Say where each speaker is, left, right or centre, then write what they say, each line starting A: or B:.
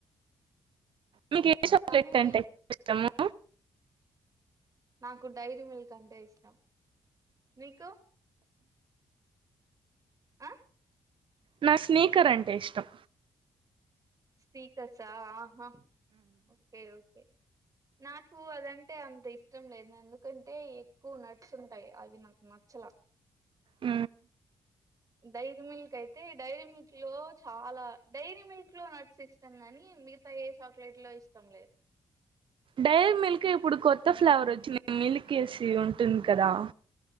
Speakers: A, on the right; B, on the right.
A: మీకు ఏ చాక్లెట్
B: కానీ
A: అంటే ఇష్టము
B: నాకు డైరీ మిల్క్ అంటే ఇష్టం మీకు ఆ
A: నా స్నీకర్ అంటే ఇష్టం
B: స్పీకర్సా ఆహా ఓకే ఓకే నాకు అదంటే అంత ఇష్టం లేదు ఎందుకంటే ఎక్కువ నట్స్ ఉంటాయి అవి నాకు నచ్చలా
A: ఉ
B: డైరీ మిల్క్ అయితే డైరీ మిల్క్ లో చాలా డైరీ మిల్క్ లో నట్స్ ఇష్టం గానీ మిగతా ఏ చాక్లెట్ లో ఇష్టం లేదు
A: డైరీ మిల్క్ ఇప్పుడు కొత్త ఫ్లేవర్ వచ్చింది మిల్క్ వేసి ఉంటుంది కదా